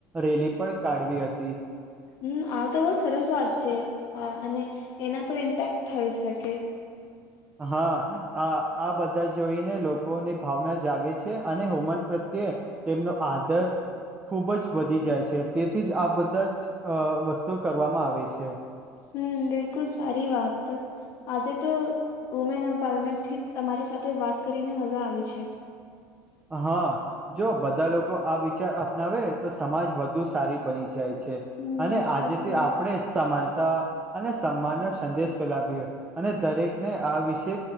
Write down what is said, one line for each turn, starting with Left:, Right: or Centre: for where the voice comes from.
Right: રેલી પણ કાઢવી હતી.
Left: હમ આ તો બહુ સરસ વાત છે, આ અને એના તો ઇમ્પેક્ટ થઈ શકે.
Right: હા. આ આ બધા જોઈને લોકોની ભાવના જાગે છે અને હોમન પ્રત્યે તેમનો આદર ખુબ જ વધી જાય છે તેથી જ આ બધા જ વસ્તુઓ કરવામાં આવે છે.
Left: હમ બિલકુલ સારી વાત. આજે તો વુમેન એમ્પાવરમેન્ટ થી અમારી સાથે વાત કરીને મજા આવી છે.
Right: હા, જો બધા લોકો આ વિચાર અપનાવે તો સમાજ વધુ સારી બની જાય. છે,
Left: હમ
Right: અને
Left: સાચી
Right: આજે તે આપણે સમાનતા અને સન્માનનો સંદેશ ફેલાવીવી અને દરેકને આ વિષ